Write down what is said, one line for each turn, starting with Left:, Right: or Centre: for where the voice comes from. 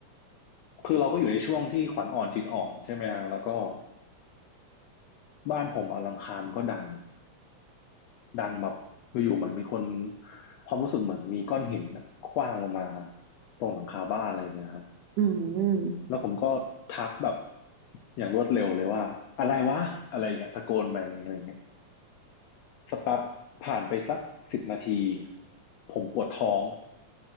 Left: คือเราก็อยู่ในช่วงที่ขวัญอ่อนจิตอ่อนใช่ไหมฮะแล้วก็บ้านผมอลังคารมันก็ดัง ดังแบบอยู่ๆเหมือนมีคนความรู้สึกเหมือนมีก้อนหินอะขว้างลงมาตรงหลังคาบ้านอะไรอย่างเงี้ยครับ
Right: อืม
Left: แล้วผมก็ทักแบบอย่างรวดเร็วเลยว่าอะไรวะอะไรอย่างเงี้ยตะโกนไปอะไรอย่างเงี้ยสักแป๊บผ่านไปสักสิบนาทีผมปวดท้อง